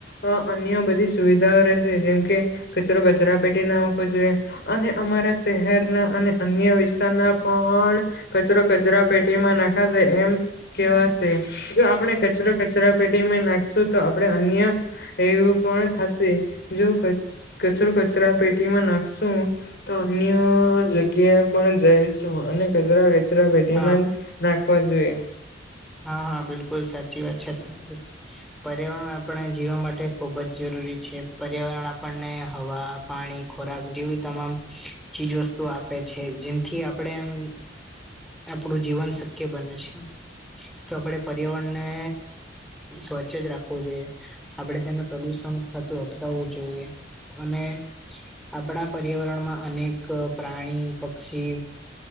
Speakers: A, on the left; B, in the centre.
A: અહ અન્ય બધી સુવિધાઓ રહે શે જેમ કે કચરો કચરા પેટી નાખવો જોઈએ. અને અમારા શહેરના અને અન્ય વિસ્તારના પણ કચરો કચરા પેટીમાં નખાશે એમ કેવાશે, જો આપણે કચરો કચરા પેટીમાં નાખશું તો આપણે અન્ય એવું પણ થશે જો કચરો કચરા પેટીમાં નાખશું. તો અન્ય જગ્યા પણ જઈશો અને કજરા. કચરા પેટીમાં
B: હા
A: જ નાખવા જોઈએ.
B: હા હા બિલકુલ સાચી વાત છે તમારી પર્યાવરણ આપણે જીવા મા તે ખુબ જ જરૂરી છે. પર્યાવરણ આપણને હવા પાણી ખોરાક જેવી તમામ ચીજ વસ્તુ આપે છે જે થી આપણે એમ આપણું જીવન શક્ય બને છે. તો આપડે પર્યાવરણ ને સ્વચ્છ જ રાખો. વો જોઈએ આપણે તેને પ્રદુષણ થતું અટકાવવું જોઈએ અને આપણા પર્યાવરણમાં અનેક પ્રાણી, પક્ષી